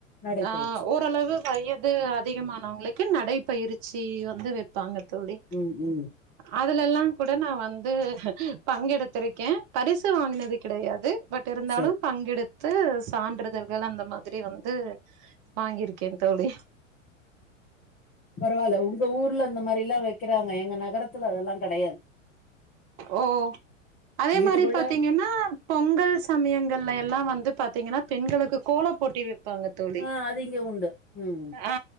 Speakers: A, on the left; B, on the right.
A: நடைப்பயிற்சி
B: ஆ ஓரளவு வயது அதிகமானவங்களுக்கு நடை பயிற்சி வந்து வெப்பாங்க தோழி
A: ம் ம்
B: அதுல எல்லாங் கூட நா வந்து பங்கெடுத்திருக்கேன் பரிசு வாங்கினது கிடையாது பட் இருந்தாலு
A: சரி
B: பங்கெடு த்து சான்றிதழ்கள் அந்த மாரி வந்து வாங்கிருக்கேன் தோழி
A: பரவால்ல உங்க ஊர்ல அந்த மாரி எல்லா வெக்கறாங்க எங்க நகரத்துல அதெல்லாங் கெடையாது
B: ஓ அதே
A: வீட்டுக்குள்ள
B: மாரி பாத்தீங்கன்னா பொங்கல் சமயங்கள்ல எல்லா வந்து பாத்தீங்கன்னா பெண்களுக்கு கோல போட்டி வெப்பாங்க தோழி
A: ஆ அது இங்க உண்டு ம்
B: ஆ